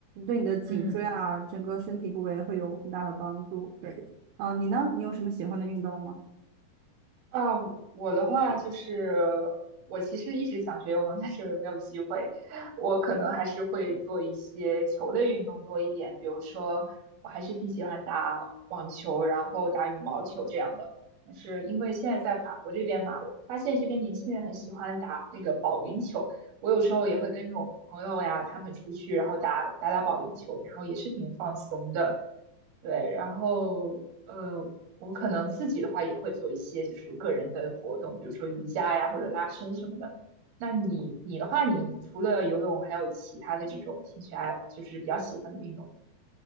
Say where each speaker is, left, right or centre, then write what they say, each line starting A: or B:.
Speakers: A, on the right (about 80°); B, on the right (about 55°).
A: 对你的颈椎啊，
B: 嗯。
A: 整个身体部位会有很大的帮助。对，啊，你呢？你有什么喜欢的运动吗？
B: 啊，我的话就是，我其实一直想学游泳，但是没有机会。我可能还是会做一些球类运动多一点，比如说，我还是挺喜欢打网球，然后打羽毛球这样的。但是因为现在在法国这边嘛，我发现这边年轻人很喜欢打那个保龄球。我有时候也会跟着我朋友呀，他们出去，然后打打打保龄球，然后也是挺放松的。对，然后呃，我可能自己的话也会做一些就是个人的活动，比如说瑜伽呀或者拉伸什么的。那你你的话，你除了游泳，还有其他的这种兴趣爱，就是比较喜欢的运动吗